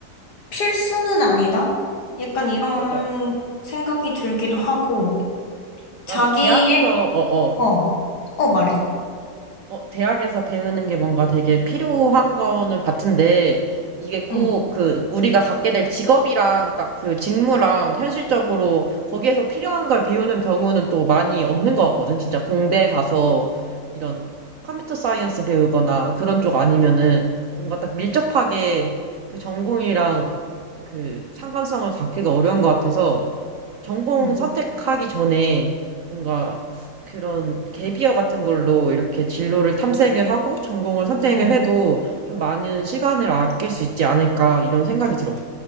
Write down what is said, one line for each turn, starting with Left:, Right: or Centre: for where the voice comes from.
Left: 필수는 아니다? 약간
Right: <laughs>
Left: 이런
Right: 맞아.
Left: 생각이 들기도 하고, 자기의,
Right: 나도 대학에서, 어, 어.
Left: 어, 어, 말해.
Right: 어, 대학에서 배우는 게 뭔가 되게 필요한 거는 같은데, 이게 꼭
Left: 응,
Right: 그 우리가 갖게 될 직업이랑 딱 그 직무랑 현실적으로 거기에서 필요한 걸 배우는 경우는 또 많이 없는 것 같거든. 진짜 공대 가서 이런 컴퓨터 사이언스 배우거나 그런 쪽 아니면은 뭔가 딱 밀접하게 그 전공이랑 그 상관성을 잡기가 어려운 것 같아서 전공
Left: 응,
Right: 선택하기 전에 뭔가 그런 갭이어 같은 걸로 이렇게 진로를 탐색을 하고 전공을 선택을
Left: 응.
Right: 해도 좀 많은 시간을 아낄 수 있지 않을까 이런 생각이 들어.